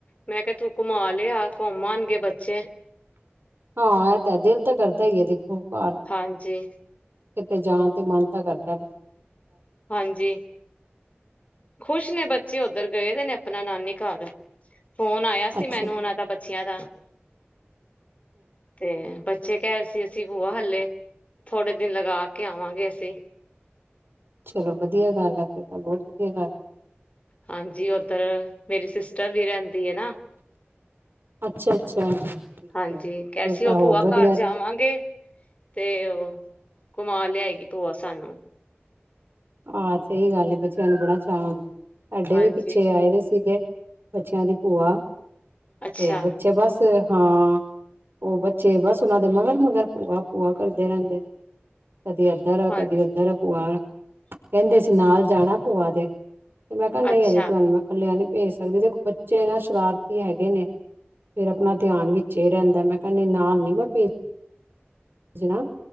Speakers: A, on the left; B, on the right.
A: ਮੈਂ ਕਿਹਾ ਤੂੰ ਘੁੰਮਾ ਲਿਆ, ਘੁੰਮ ਆਉਣਗੇ ਬੱਚੇ।
B: ਹਾਂ, ਇਹ ਤਾਂ ਹੈ, ਦਿਲ ਤਾਂ ਕਰਦਾ ਹੀ ਹੈ ਦੇਖੋ। ਘਰ
A: ਹਾਂਜੀ।
B: ਕਿਤੇ ਜਾਣ ਤੇ ਮਨ ਤਾਂ ਕਰਦੈ ਬ
A: ਹਾਂਜੀ ਖੁਸ਼ ਨੇ ਬੱਚੇ ਉੱਧਰ ਗਏ ਦੇ ਨੇ ਆਪਣਾ ਨਾਨੀ ਘਰ ਫੋਨ ਆਇਆ
B: ਅੱਛਾ
A: ਸੀ ਮੈਨੂੰ ਉਹਨਾਂ ਦਾ ਬ ਬੱਚਿਆਂ ਦਾ। ਤੇ ਬ ਤੇ ਕਹਿ ਰਹੇ ਸੀ ਅਸੀਂ ਭੂਆ ਹੱਲੇ, ਥੋੜੇ ਦਿਨ ਲਗਾ ਕੇ ਆਵਾਂਗੇ ਅਸੀਂ।
B: ਚਲੋ ਵਧੀਆ ਗੱਲ ਹੈ, ਫੇਰ ਤਾਂ ਬਹੁਤ ਵਧੀਆ ਗੱਲ ਹੈ।
A: ਹਾਂਜੀ, ਉੱਧਰ ਮੇਰੀ ਸਿੱਸ ਸਿੱਸਟਰ ਵੀ ਰਹਿੰਦੀ ਹੈ ਨਾ।
B: ਅੱਛਾ ਅੱਛਾ। ਠੀਕ
A: ਹਾਂਜੀ,
B: ਆ ਫਿਰ
A: ਕਿਹਾ ਸੀ
B: ਤਾਂ
A: ਉਹ
B: ਹੋਰ
A: ਭੂਆ ਘਰ
B: ਵਧੀਆ
A: ਜਾਵਾਂਗੇ ਤੇ ਉਹ ਘੁੰਮਾ ਲਿਆਏਗੀ। ਭੂਆ ਸਾਨੂੰ।
B: ਆਹ ਸਹੀ ਗੱਲ ਆ। ਬੱਚਿਆਂ ਨੂੰ ਬੜਾ ਚਾਅ ਆਉਂਦਾ ਵਾ। ਸਾਡੇ
A: ਹਾਂਜੀ
B: ਵੀ ਪਿੱਛੇ ਆਏ ਦੇ ਸੀਗੇ। ਬੱਚਿਆਂ ਦੀ ਭੂਆ।
A: ਅੱਛਾ
B: ਤੇ ਬੱਚੇ ਬਸ ਹਾਂ, ਉਹ ਬੱਚੇ ਬਸ ਉਹਨਾਂ ਦੇ ਮਗਰ ਮਗਰ ਭੂਆ ਭੂਆ ਕਰਦੇ ਰਹਿੰਦੇ ਨੇ। ਕਦੀ ਇੱਧਰ ਆ
A: ਹਾਂਜੀ
B: ਕਦੀ ਉੱਧਰ ਆ ਭੂਆ। ਕਹਿੰਦੇ ਸੀ ਨਾਲ ਜਾਣਾ ਭੂਆ ਦੇ। ਤੇ ਮੈਂ ਕਿਹਾ ਨਹੀਂ
A: ਅੱਛਾ
B: ਅਜੇ ਤੁਹਾਨੂੰ ਮੈਂ ਕੱਲਿਆ ਨਹੀਂ ਭੇਜ ਸਕਦੇ। ਦੇਖੋ, ਬੱਚੇ ਨਾ ਸ਼ਰਾਰਤੀ ਹੈਗੇ ਨੇ। ਫੇਰ ਆਪਣਾ ਧਿਆਨ ਵਿੱਚੇ ਰਹਿੰਦਾ। ਮੈਂ ਕਹਿੰਦੀ ਨਾਲ ਨੀ ਮੈਂ ਭੇਜ <inaudible> ਭੇਜਣਾ